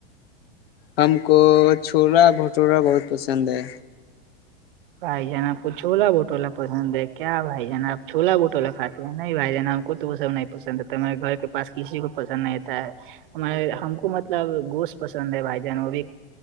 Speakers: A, on the left; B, on the right.
A: ہم کو چھلا بھٹورا بہت پسند ہے
B: بھائی جان آپ کو چھولا بٹولہ پسند ہے کیا بھائی جان آپ چھولا بٹولا کھاتے نہیں بھائی جان ہم کو تو وہ سب نہیں پسند آتا ہمے گھر کے پاس کسی کو پسند نہیںتا ہے <unintelligible> ہمار ہم کو مطلب گوشت پسند ہے بھائی جان وہ بھی